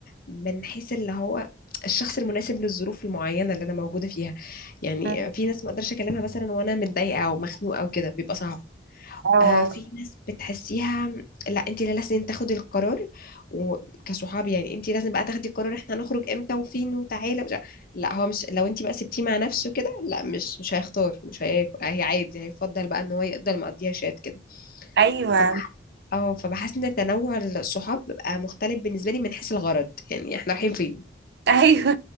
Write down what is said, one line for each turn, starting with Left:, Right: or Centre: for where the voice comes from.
Left: من حيث اللي هو الشخص المناسب للظروف المعينة اللي أنا موجودة فيها يعني
Right: أمم،
Left: في ناس ما أقدرش أكلمها مثلا وأنا متضايقة أو مخنوقة أو كده بيبقى صعب
Right: اه
Left: آه في ناس بتحسيها لا أنت اللي لازم تاخدي القرار وكصحاب يعني أنت لازم بقى تاخدي القرار إحنا هنخرج إمتى وفين وتعالى ومش عارف- لا هو مش لو أنت بقى سبتيه مع نفسه كده لا مش مش هيختار مش هياكل هي عادي هيفضل بقى إن هو يقدر مقضيها شات كده
Right: ايوه
Left: فبح... اه فبحس ان تنوع الصحاب بيبقى مختلف بالنسبه لي من حيث الغرض يعني احنا رايحين فين
Right: ايوه